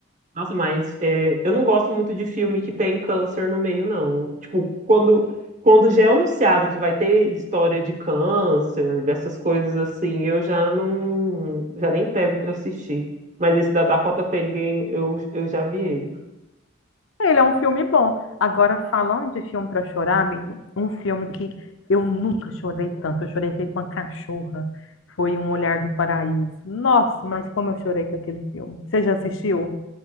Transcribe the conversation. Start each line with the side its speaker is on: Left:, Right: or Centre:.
Right: Nossa, mas é, eu não gosto muito de filme que tem câncer no meio, não. Tipo, quando, quando já é anunciado que vai ter história de câncer, dessas coisas assim, eu já não, já nem pego pra assistir. Mas esse da Dakota Fanning, eu, eu já vi ele.
Left: Ele é um filme bom. Agora, falando de filme para chorar, amigo, um filme que eu nunca chorei tanto. Eu chorei feito uma cachorra. Foi Um Olhar do Paraíso. Nossa, mas como eu chorei com aquele filme. Você já assistiu?